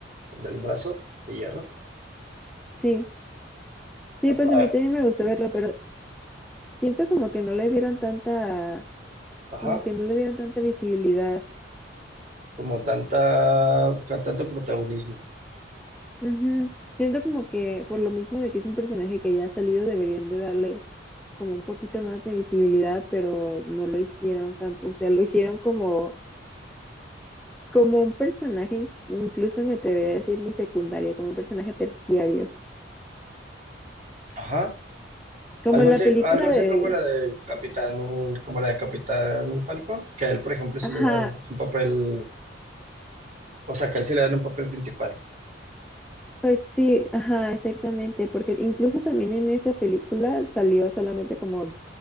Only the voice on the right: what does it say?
del brazo de hierro.
A-
a-
Ajá,
como tanta, con tanto protagonismo.
Ajá,
algo
así,
algo así
como la de Capitán, como la de Capitán Falcon, que a él, por ejemplo, sí
le dan un papel, o sea, que a él sí le dan un papel principal.